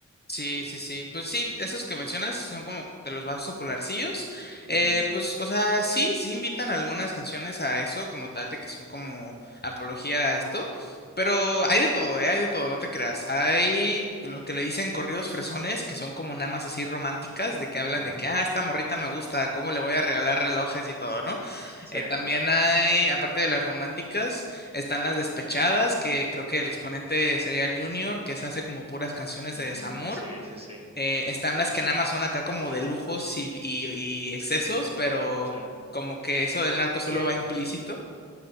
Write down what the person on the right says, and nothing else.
Ujú,
ujú.
Sí,
mm,
sí, sí, sí,
sí.
Que,